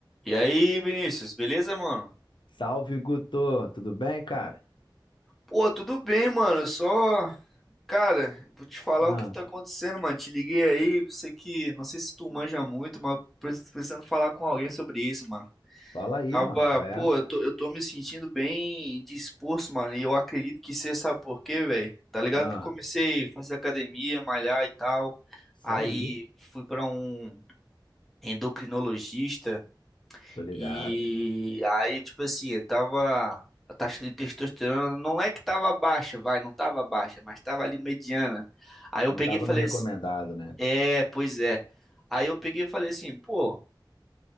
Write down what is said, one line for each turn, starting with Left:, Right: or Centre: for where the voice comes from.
Centre: E aí, Vinícius, beleza, mano?
Left: Salve, Guto! Tudo bem, cara?
Centre: Pô, tudo bem, mano. Eu Só, cara, vou te falar
Left: Ah,
Centre: o que tá acontecendo, mano. Te liguei aí, sei que, não sei se tu manja muito, mas preciso- precisando falar com alguém sobre isso, mano.
Left: fala aí,
Centre: Tava,
Left: mano, qual
Centre: pô,
Left: é?
Centre: eu tô, eu tô me sentindo bem disposto, mano. E eu acredito que você sabe por quê, velho. Tá ligado
Left: Ah,
Centre: que eu comecei a fazer academia, malhar e tal.
Left: isso
Centre: Aí
Left: aí,
Centre: fui pra um endocrinologista.
Left: tô ligado.
Centre: E aí, tipo assim, tava. A taxa de testosterona não é que tava baixa, vai, não tava baixa, mas tava ali mediana. Aí eu
Left: Não
Centre: peguei
Left: tava
Centre: e falei
Left: no recomendado,
Centre: assim,
Left: né?
Centre: é, pois é. Aí eu peguei e falei assim, pô, o